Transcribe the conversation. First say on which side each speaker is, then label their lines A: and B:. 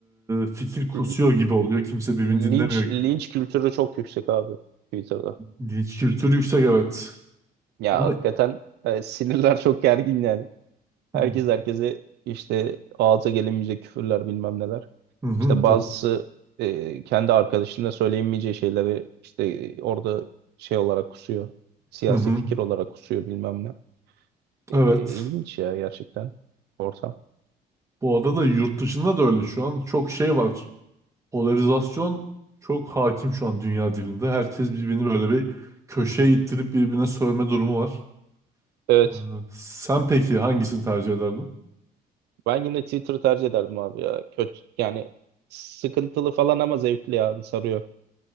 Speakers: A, on the right; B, on the right.
A: e, fikir kusuyor
B: L-
A: gibi oluyor. Kimse birbirini dinlemiyor.
B: Linç linç kültürü çok yüksek abi Twitter'da.
A: Linç kültürü yüksek evet.
B: Ya
A: Ama
B: hakikaten e, sinirler <laughs> çok gergin yani. Herkes
A: hı
B: herkese işte ağza gelemeyecek küfürler bilmem neler.
A: hı,
B: İşte bazısı
A: bu.
B: e, kendi arkadaşına söyleyemeyeceği şeyleri işte orada şey olarak kusuyor. Siyasi
A: Hı hı,
B: fikir olarak kusuyor bilmem ne. E,
A: evet.
B: ilginç ya gerçekten ortam.
A: Bu arada da yurt dışında da öyle şu an çok şey var. Polarizasyon çok hakim şu an dünya dilinde. Herkes birbirini böyle bir köşeye ittirip birbirine sövme durumu var.
B: Evet.
A: Ee, Sen peki hangisini tercih ederdin?
B: Ben yine Twitter'ı tercih ederdim abi ya. Kötü yani sıkıntılı falan ama zevkli abi sarıyor.